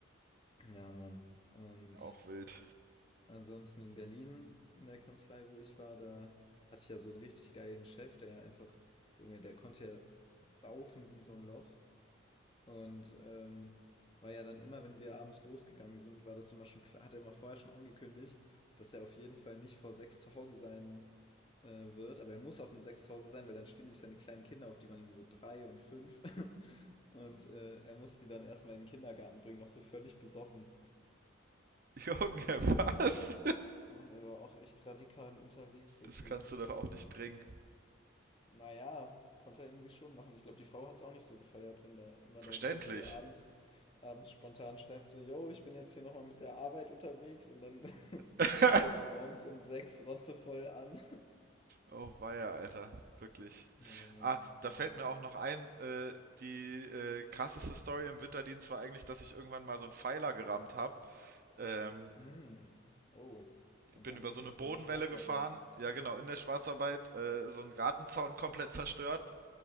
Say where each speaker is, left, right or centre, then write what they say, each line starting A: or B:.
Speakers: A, on the left (about 25°); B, on the right (about 45°).
A: Ja, Mann. Und
B: Auch wild.
A: Ansonsten in Berlin in der Kanzlei, wo ich war, da hatte ich ja so einen richtig geilen Chef, der ja einfach Junge, der konnte ja saufen wie so ein Loch und, ähm, war ja dann immer, wenn wir abends losgegangen sind, war das immer schon klar, hat er immer vorher schon angekündigt, dass er auf jeden Fall nicht vor sechs zu Hause sein, äh, wird. Aber er muss auch um sechs zu Hause sein, weil dann stehen nämlich seine kleinen Kinder auf, die waren irgendwie so 3 und 5 <laughs> und, äh, er muss die dann erst mal in den Kindergarten bringen, noch so völlig besoffen.
B: Junge, <laughs> was?
A: Ah, der war auch echt radikal unterwegs, der
B: Das
A: Typ.
B: kannst du doch auch nicht bringen.
A: Naja, konnte er irgendwie schon machen. Ich glaube, die Frau hat es auch nicht so gefeiert, wenn da immer
B: Verständlich.
A: dein Typ dir abends, abends spontan schreibt, so, yo, ich bin jetzt hier nochmal mit der Arbeit unterwegs und dann <laughs>
B: <laughs>
A: kommt er so morgens um sechs rotzevoll an.
B: oh weia, Alter. Wirklich.
A: Ja, Mann.
B: Ah, da
A: Ja,
B: fällt
A: Mann.
B: mir auch noch ein, äh, die äh, krasseste Story im Winterdienst war eigentlich, dass ich irgendwann mal so einen Pfeiler gerammt habe. Ähm,
A: Mm. Oh, und
B: bin
A: dann
B: über so eine Bodenwelle
A: bei der Schwarzarbeit.
B: gefahren, ja genau, in der Schwarzarbeit, äh, so einen Gartenzaun komplett zerstört